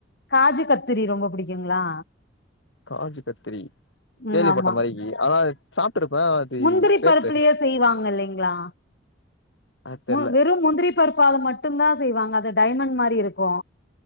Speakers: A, on the left (about 55°); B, on the left (about 70°).
A: காஜு கத்திரி ரொம்ப புடிக்குங்ளா?
B: காஜு கத்திரி
A: ம்
B: கேள்விப்பட்ட
A: ஆமா
B: மாரிக்கி ஆனா அது சாப்ட்ருப்பே அது
A: முந்திரி
B: பேர்
A: பருப்புலயே
B: தெர்ல.
A: செய்வாங்க இல்லைங்களா
B: அது தெர்ல
A: மு வெறு முந்திரி பருப்பால மட்டுந்தா செய்வாங்க அது டைமண் மாரி இருக்கு.